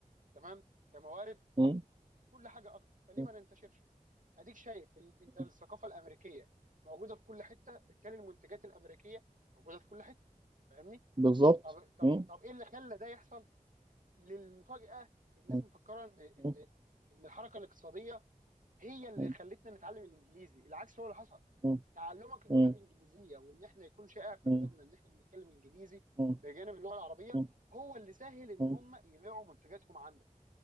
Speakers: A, on the right; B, on the right.
A: تمام كموارد
B: م-
A: اكتر كل حاجه اكتر فليه
B: م-
A: ما ننتشرش اديك شايف ال... انت الثقافه
B: م-
A: الامريكيه موجوده في كل حته بالتالي المنتجات الامريكيه موجوده في كل حته فاهمني
B: بالظبط
A: طب طب
B: م-
A: طب ايه اللي خلى ده يحصل للمفاجاه الناس
B: م-
A: مفكره ان ان
B: م-
A: ان الحركه الاقتصاديه هي اللي
B: م-
A: خلتنا نتعلم الانجليزي العكس هو اللي حصل
B: م-
A: تعلمك اللغه
B: م-
A: الانجليزيه وان احنا يكون شائع في
B: م-
A: بلادنا ان احنا بنتكلم انجليزي
B: م-
A: بجانب اللغه العربيه
B: م-
A: هو اللي سهل ان
B: م-
A: هم يبيعوا منتجاتهم عندك